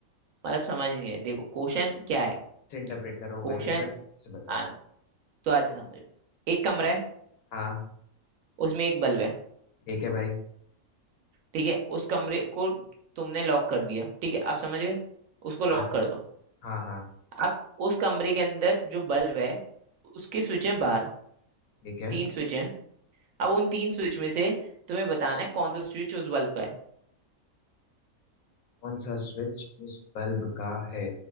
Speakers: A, on the right; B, on the left.
A: मतलब समझ नहीं रहे देखो क्वेश्चन क्या है
B: इंटरप्रेट कर रहा हूँ
A: क्वेश्चन
B: भाई एक बार से बताओ
A: आ, तो आज से समझो एक कमरा है
B: हाँ
A: उसमें एक बल्ब है
B: ठीक है भाई
A: ठीक है उस कमरे को तुमने लॉक कर दिया ठीक है आप समझ गए उसको लॉक
B: हाँ
A: कर दो
B: हाँ हाँ
A: अब उस कमरे के अंदर जो बल्ब है उसके स्विच हैं बाहर
B: ठीक है
A: तीन स्विच हैं अब उन तीन स्विच में से तुम्हें बताना है कौन सा स्विच उस बल्ब का है
B: कौन सा स्विच उस बल्ब का है